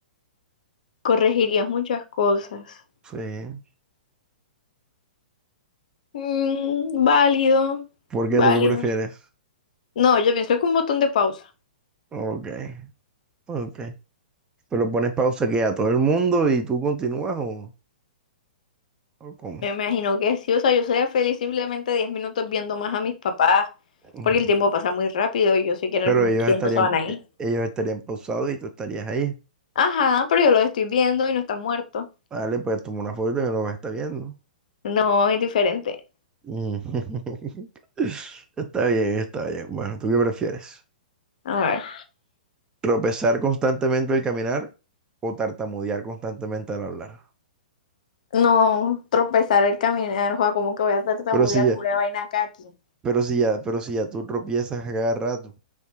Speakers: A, on the left; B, on the right.
A: corregirías muchas cosas.
B: Sí.
A: Mm, válido,
B: ¿Por
A: válido.
B: qué tú qué prefieres?
A: No, yo pienso que un botón de pausa.
B: Ok, ok. Pero pones pausa que a todo el mundo y tú continúas o, o cómo.
A: Me imagino que sí, o sea, yo sería feliz simplemente 10 minutos viendo más a mis papás,
B: Mm.
A: porque el tiempo pasa muy rápido y yo sé que en
B: Pero
A: algún
B: ellos
A: tiempo
B: estarían,
A: se van a ir.
B: e- ellos estarían pausados y tú estarías ahí.
A: Ajá, pero yo los estoy viendo y no están muertos.
B: Vale, pues toma una foto y me lo vas a estar viendo.
A: No, es diferente.
B: Mm. <laughs> Está bien, está bien. Bueno, ¿tú qué prefieres?
A: A ver.
B: ¿Tropezar constantemente al caminar o tartamudear constantemente al hablar?
A: No, tropezar el caminar, joda, como que voy a tartamudear
B: Pero si ya,
A: pura vaina acá aquí.
B: pero si ya, pero si ya tú tropiezas a cada rato.